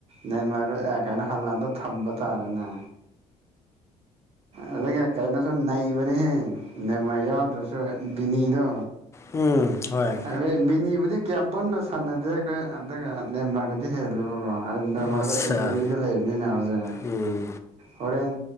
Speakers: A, on the right; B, on the left.
A: ꯅꯦꯃꯥꯔꯗꯣ ꯑꯦ ꯀꯩꯅꯣ ꯍꯜꯂꯥꯟꯗꯣ ꯊꯝꯕ ꯇꯥꯔꯦꯅꯦ ꯑꯗꯨꯒ ꯀꯩꯅꯣꯁꯨ ꯅꯩꯕꯅꯦꯍꯦ ꯅꯦꯃꯥꯔ ꯌꯥꯎꯗ꯭ꯔꯁꯨ ꯕꯤꯅꯤꯗꯣ
B: ꯎꯝ ꯍꯣꯏ
A: ꯑꯗꯩ ꯕꯤꯅꯤꯕꯨꯗꯤ ꯀꯌꯥꯝ ꯄꯨꯟꯅ ꯁꯥꯟꯅꯗꯦ ꯀ ꯑꯗꯨꯒ ꯅꯦꯃꯥꯔꯅꯗꯤ ꯍꯦꯜꯂꯦꯕꯀꯣ ꯅꯦꯃꯥꯔꯗꯤ
B: ꯑꯠꯆꯥ
A: ꯏꯟꯖꯨꯔꯤꯗꯣ ꯂꯩꯕꯅꯤꯅ ꯍꯧꯖꯤꯛ
B: ꯎꯝ
A: ꯍꯣꯔꯦꯟ